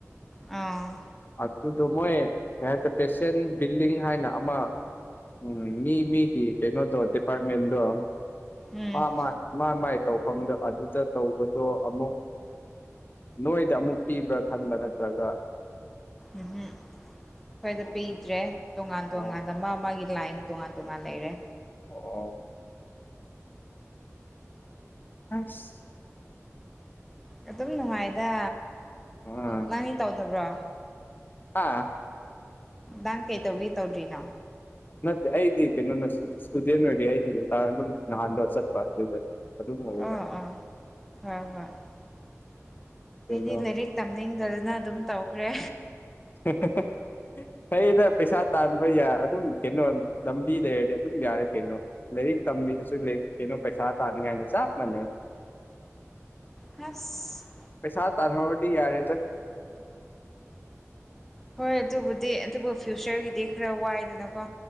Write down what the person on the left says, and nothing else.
ꯑꯗꯨꯗꯣ ꯃꯣꯏ ꯀꯩ ꯍꯥꯏꯇꯥꯔꯦ ꯄꯦꯁꯦꯟ ꯕꯤꯜꯂꯤꯡ ꯍꯥꯏꯅ ꯑꯃ ꯎꯝ ꯃꯤ -ꯃꯤꯒꯤ ꯀꯩꯅꯣꯗꯣ ꯗꯤꯄꯥꯠꯃꯦꯟꯗꯣ
ꯃꯥ ꯃꯥ ꯃꯥ ꯃꯥꯏ ꯇꯧꯐꯝꯗ ꯑꯗꯨꯗ ꯇꯧꯕꯗꯣ ꯑꯃꯨꯛ ꯅꯣꯏꯗ ꯑꯃꯨꯛ ꯄꯤꯕ꯭ꯔꯥ ꯈꯟꯕ ꯅꯠꯇ꯭ꯔꯒ
ꯑꯣ
ꯑꯣ
ꯑꯣ ꯑꯁ
ꯑꯥ
ꯑꯥ
ꯅꯠꯇꯦ ꯑꯩꯗꯤ ꯀꯩꯅꯣꯅ ꯏꯁ ꯏꯁꯇꯨꯗꯦꯟꯠ ꯑꯣꯏꯔꯤ ꯑꯩꯗꯤ ꯏꯁꯇꯔꯟ ꯑꯗꯨꯝ ꯅꯍꯥꯟꯗꯣ ꯆꯠꯄ ꯑꯗꯨꯗ ꯑꯗꯨꯝ ꯍꯧꯕꯅꯦ
ꯀꯩꯅꯣ
<unintelligible> ꯐꯩꯗ ꯄꯩꯁꯥ ꯇꯥꯟꯕ ꯌꯥ ꯑꯗꯨꯝ ꯀꯩꯅꯣ ꯂꯝꯕꯤ ꯂꯩꯔꯗꯤ ꯑꯗꯨꯝ ꯌꯥꯔꯦ ꯀꯩꯅꯣ꯫ ꯂꯥꯏꯔꯤꯛ ꯇꯝꯕꯤꯁꯨ ꯂꯩ ꯀꯩꯅꯣ ꯄꯩꯁꯥ ꯇꯥꯅꯤ ꯍꯥꯏꯅ ꯆꯞ ꯃꯟꯅꯩ
ꯄꯩꯁꯥ ꯇꯥꯟꯍꯧꯔꯇꯤ ꯌꯥꯔꯦꯗ꯫